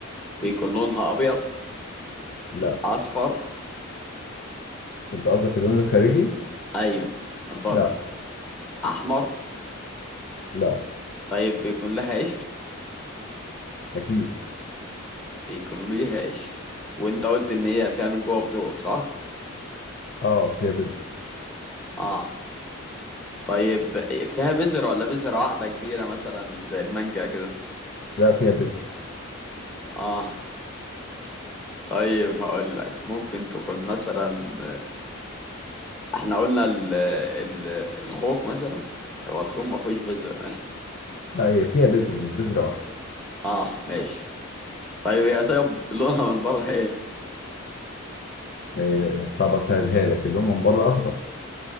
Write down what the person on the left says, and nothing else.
لا
انت قصدك اللون الخارجي
لا
لا
اكيد
اه فيها بذر
لا فيها بذر
لا هي فيها بذر مش بذرة واحدة
آه، طب اسهلها لك اللي هو من بره اخضر